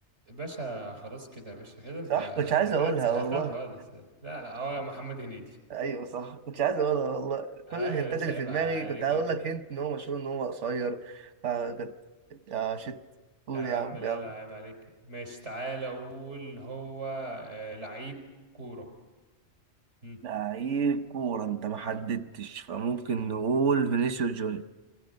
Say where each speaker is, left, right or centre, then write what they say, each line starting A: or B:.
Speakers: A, on the right; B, on the right.
A: باشا خلاص كده يا باشا كده انت
B: صح كنتش عايز اقولها
A: كده اتسهلتها
B: والله
A: خالص لا لا هو محمد هنيدي
B: ايوه صح كنت عايز اقولها والله
A: اه
B: كل الهنتات
A: يا باشا
B: اللي
A: عيب
B: في دماغي
A: عليك
B: كنت هقول لك هنت ان هو مشهور ان هو قصير فكنت يا شت قول
A: يا عم
B: يا عم
A: لا
B: يلا
A: لا عيب عليك ماشي تعالى اقول هو آه، لعيب كورة مم.
B: لعيب كورة انت ما حددتش فممكن نقول فينيسيوس جونيور